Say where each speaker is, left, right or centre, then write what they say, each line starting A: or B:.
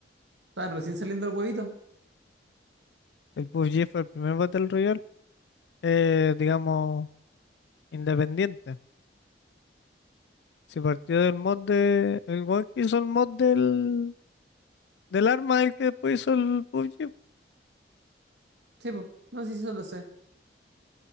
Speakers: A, on the right; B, on the left.
A: están recién saliendo el huevito.
B: El PUBG fue el primer Battle Royale, eh, digamos Independiente. Si partió del mod de... El weón que hizo el mod del, del arma, el que después hizo el PUBG.
A: Sí, po. No sé si eso lo sé,